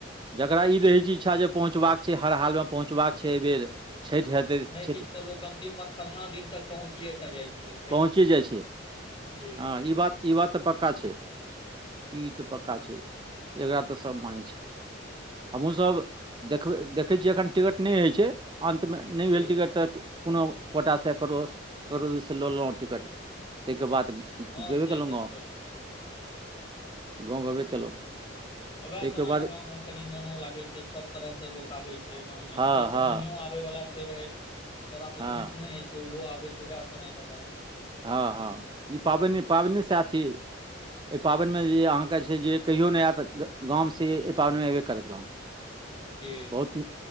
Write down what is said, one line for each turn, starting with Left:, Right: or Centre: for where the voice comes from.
Right: जकरा ई रहै छै इच्छा जे पहुँचबाक छै हर हालमे पहुँचबाक छै एहि बेेर छठि हेतै
Left: नहि
Right: छठि
Left: किछ तऽ लोक अन्तिममे खरना दिन तक पहुँचिये टा जाइ छै छठिमे,
Right: पहुँचे जाइ छै
Left: जी।
Right: हँ ई बात ई बात तऽ पक्का छै। ई तऽ पक्का छै, एकरा तऽ सब मानै छै। हमहूँ सभ देखबै देखै छियै एखन टिकट नहि होइ छै अन्तमे नहि
Left: जी
Right: भेल
Left: जी
Right: टिकट तऽ कोनो कोटासँ ककरो ककरो दिससँ लऽ लेलहुँ टिकट ताहिके बाद
Left: हँ
Right: गेबे
Left: से
Right: केलहुँ
Left: तऽ
Right: गाँव,
Left: छै
Right: गाँव गेबे केलहुँ।
Left: वैह
Right: ताहिके
Left: समय
Right: बाद
Left: में गांव में कनि मोनो लागे छै सब तरह से लोक आबै छै गाँंवं मे,
Right: हँ
Left: जे सब
Right: हँ
Left: नहियो आ आबै वला छै रहे, जकरा से
Right: हँ
Left: भेंट नहि होय छै ओहो आबै छै वैह समय मे गाँव
Right: हँ हँ ई पाबनि पाबनिये सैह छियै। एहि पाबनिमे जे अहाँके छै जे कहियो नहि आयत गाम, से एहि पाबनिमे एयबे करत।
Left: जी
Right: बहुत-